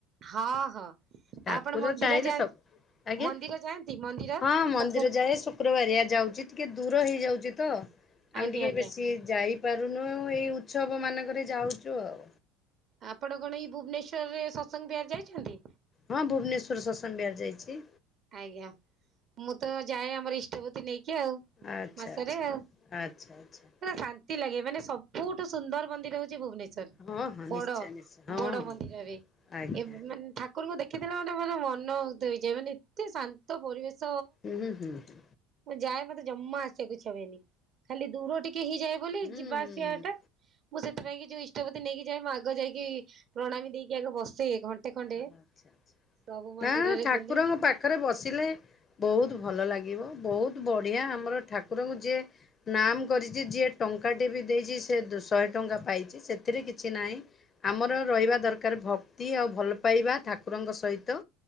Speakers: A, on the right (about 45°); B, on the left (about 35°).
A: ହଁ ହଁ ଆଉ
B: ଠାକୁର
A: ଆପଣ ମନ୍ଦିର
B: ଚାହିଁଲେ
A: ଯା
B: ସବୁ ଆଜ୍ଞା
A: ମନ୍ଦିର ଯାନ୍ତି ମନ୍ଦିର
B: ହଁ ମନ୍ଦିର
A: ସତ୍ସଙ୍ଗ
B: ଯାଏ ଶୁକ୍ରବାରିଆ ଯାଉଚି ଟିକେ ଦୂର ହେଇଯାଉଚିତ ଆମେ
A: ଆଜ୍ଞା
B: ଟିକେ
A: ଆଜ୍ଞା।
B: ବେଶି ଯାଇ ପାରୁନୁ ଏଇ ଉତ୍ସବ ମାନଙ୍କରେ ଯାଉଚୁ ଆଉ।
A: ଆପଣ କଣ ଏଇ ଭୁବନେଶ୍ଵରରେ ସତ୍ସଙ୍ଗ ବିହାର ଯାଇଛନ୍ତି?
B: ହଁ ଭୁବନେଶ୍ୱରର ସତ୍ସଙ୍ଗ ବିହାର ଯାଇଚି।
A: ଆଜ୍ଞା ମୁତଯାଏ ଆମର ଇଷ୍ଟଭୁତି ନେଇକି ଆଉ।
B: ଆଚ୍ଛା
A: ମାସରେ
B: ଆଚ୍ଛା
A: ଆଉ।
B: ଆଚ୍ଛା ଆଚ୍ଛା।
A: ପୁରା ଶାନ୍ତି ଲାଗେ ମାନେ ସବୁଠୁ ସୁନ୍ଦର ମନ୍ଦିର ହଉଚି ଭୁବନେ ଶ୍ବର
B: ହଁ ହଁ
A: ବଡ଼
B: ନିଶ୍ଚୟ ନିଶ୍ଚୟ ହଁ
A: ବଡ଼
B: ହଁ
A: ମନ୍ଦିରବି
B: ଆଜ୍ଞା।
A: ଏବେ ମାନେ ଠକୁ ଠାକୁରଙ୍କୁ ଦେଖିଥିଲା ମାନେ ପୁରା ମନଉଦୟ ହେଇଯାଏ ମାନେ ଏତେ ଶା ଶାନ୍ତ ପରିବେଶ
B: ହୁଁ ହୁଁ ହୁଁ ହୁଁ।
A: ମୁଯାଏ ମତେ ଜମା ଆସିବାକୁ ଇଛା ହୁଏନି। ଖାଲି ଦୂର ଟିକେ ହେଇଯାଏ ବୋଲି
B: ହୁଁ।
A: ଯିବା ଆସିବା ଟା ମୁଁ ସେଥିପାଇକି ଯୋଉ ଇଷ୍ଟଭୁତି ନେଇକି ଯାଏ ମୁଁ ଆଗ ଯାଇକି ପ୍ରଣାମୀ ଦେଇକି ଆଗ ବସେ ଘ ଘଣ୍ଟେ ଖଣ୍ଡେ
B: ଆଚ୍ଛା ଆଚ୍ଛା
A: ସବୁ ମନ୍ଦିରରେ
B: ନା ଠାକୁରଙ୍କ
A: ବୁଲେ
B: ପାଖରେ ବସିଲେ ବହୁତ୍ ଭଲ ଲାଗିବ ବହୁତ୍ ବଢ଼ିଆ ଆମର ଠାକୁରଙ୍କୁ ଯିଏ ନାମ୍ କରିଚି ଯିଏ ଟଙ୍କାଟେବି ଦେଇଚି ସିଏ ଦୁ ଶହେ ଟଙ୍କା ପାଇଚି ସେଥିରେ କିଛି ନାହିଁ। ଆମର
A: ଆଜ୍ଞା
B: ରହିବା ଦରକାର ଭକ୍ତି ଆଉ ଭଲ ପାଇବା ଠାକୁରଙ୍କ ସହିତ